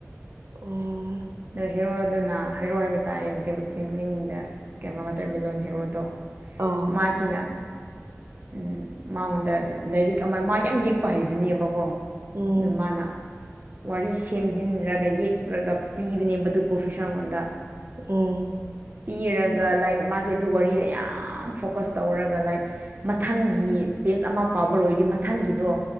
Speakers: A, on the right (about 60°); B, on the right (about 40°).
A: ꯑꯣ
B: ꯑꯗꯣ ꯍꯦꯔꯣ ꯑꯗꯨꯅ ꯍꯦꯔꯣ ꯍꯥꯏꯕ ꯇꯥꯔꯦ ꯍꯧꯖꯤꯛ ꯆꯤꯡ ꯀꯂꯤꯡꯒꯤꯗ ꯀꯩꯃꯣ ꯋꯥꯇꯔꯃꯤꯂꯂꯣꯟ ꯍꯦꯔꯣꯗꯣ
A: ꯑꯣ
B: ꯃꯥꯁꯤꯅ ꯎꯝ ꯃꯉꯣꯟꯗ ꯂꯥꯏꯔꯤꯛ ꯑꯃ ꯃꯥ ꯌꯥꯝ ꯌꯦꯛꯄ ꯍꯩꯕꯅꯦꯕꯀꯣ
A: ꯎꯝ
B: ꯑꯗꯨ ꯃꯥꯅ ꯋꯥꯔꯤ ꯁꯦꯝꯖꯤꯟꯗ꯭ꯔꯒ ꯌꯦꯛꯄꯨꯔꯒ ꯄꯤꯕꯅꯦ ꯃꯗꯨ ꯄ꯭ꯔꯣꯐꯦꯁꯥꯔꯉꯣꯟꯗ
A: ꯎꯝ
B: ꯄꯤꯔꯒ ꯂꯥꯏꯛ ꯃꯥꯁꯦ ꯑꯗꯨ ꯋꯥꯔꯤꯗ ꯌꯥꯝ ꯐꯣꯀꯁ ꯇꯧꯔꯒ ꯂꯥꯏꯛ ꯃꯊꯪꯒꯤ ꯄꯦꯖ ꯑꯃ ꯄꯥꯕ ꯂꯣꯏꯔꯗꯤ ꯃꯊꯪꯒꯤꯗꯣ